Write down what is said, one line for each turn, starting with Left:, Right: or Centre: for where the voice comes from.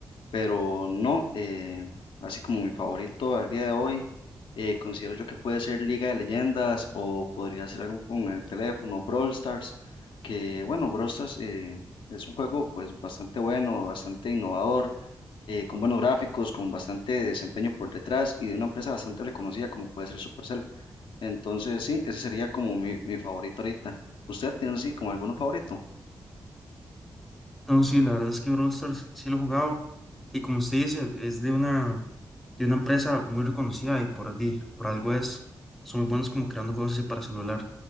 Left: pero no, eh, así como mi favorito al día de hoy, eh, considero yo que puede ser Liga de Leyendas o podría ser algo con el teléfono, Brawl Stars, que bueno, Brawl Stars eh, es un juego pues bastante bueno, bastante innovador, eh, con buenos gráficos, con bastante desempeño por detrás y de una empresa bastante reconocida como puede ser Supercell. Entonces sí, ese sería como mi, mi favorito ahorita. ¿Usted tiene así como alguno favorito?
Centre: No, sí, la verdad es que Brawl Stars sí lo he jugado Y como usted dice, es de una, de una empresa muy reconocida y por, di- por algo es, son muy buenos como creando juegos así para celular.